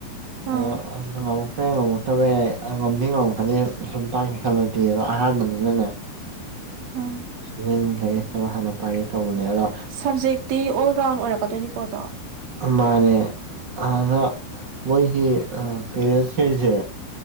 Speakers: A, on the right (about 50°); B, on the right (about 35°).
A: ꯑꯥ
B: ꯑꯗꯣ ꯑꯗꯨ ꯉꯝꯃꯛꯄ ꯌꯥꯏ ꯉꯝꯃꯛꯇꯕ ꯌꯥꯏ ꯉꯝꯗꯤ ꯉꯝꯃꯛꯀꯅꯤ ꯁꯨꯝ ꯇꯥꯛꯀꯦ ꯈꯜꯂ ꯗꯤ ꯑꯍꯥꯟꯕꯅꯤꯅꯅꯦ
A: ꯑꯥ
B: ꯁꯚꯦꯟ ꯑꯩꯠ ꯈꯔ ꯍꯥꯟꯅ ꯄꯥꯏꯒꯦ ꯇꯧꯕꯅꯦ ꯑꯗꯣ
A: ꯁꯕꯖꯦꯛꯇꯤ ꯑꯣꯜ ꯔꯥꯎꯟ ꯑꯣꯏꯔꯛꯀꯗꯣꯏꯅꯤꯀꯣ ꯑꯗꯣ
B: ꯃꯥꯅꯦ ꯑꯗ‌ꯣ ꯃꯣꯏꯒꯤ ꯑ ꯄꯦꯔꯦꯟꯁꯈꯩꯁꯦ